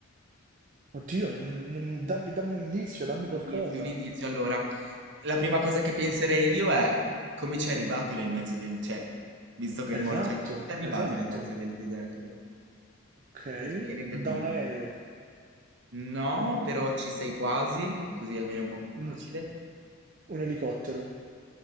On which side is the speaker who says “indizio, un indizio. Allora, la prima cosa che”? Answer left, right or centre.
Right